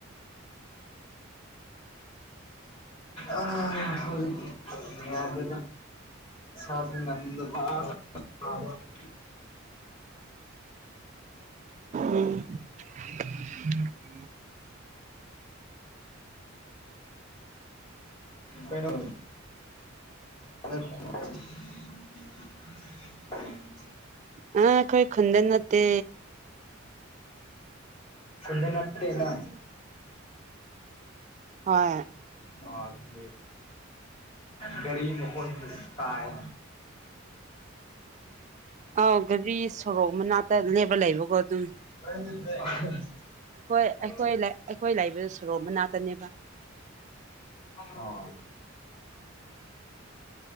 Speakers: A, on the left; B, on the right.
A: <inaudible> ꯑ ꯍꯧꯖꯤꯛ ꯌꯥꯗ‌ꯦꯗ <unintelligible>
B: ꯎꯝ <unintelligible>
A: ꯀꯩꯅꯣ <unintelligible>
B: ꯑ ꯑꯩꯀꯣꯏ ꯈꯨꯟꯗ ꯅꯠꯇꯦ
A: ꯈꯨꯟꯗ ꯅꯠꯇꯦ ꯅꯪ
B: ꯍꯣꯏ
A: ꯑ ꯑꯗꯨꯗꯤ ꯒꯥꯔꯤ ꯃꯈꯣꯜ ꯒꯨꯝꯕ ꯇꯥꯏ
B: ꯑꯧ ꯒꯥꯔꯤ ꯁꯣꯔꯣꯛ ꯃꯅꯥꯛꯇ ꯂꯦꯞꯕ ꯂꯩꯕꯀꯣ ꯑꯗꯨꯝ
A: <unintelligible>
B: ꯍꯣꯏ
A: ꯑꯆꯥ
B: ꯑꯩꯈꯣꯏ ꯑꯩꯈꯣꯏ ꯂꯩꯕ ꯁꯣꯔꯣꯛ ꯃꯅꯥꯛꯇꯅꯦꯕ
A: ꯑ‌ꯣ <inaudible>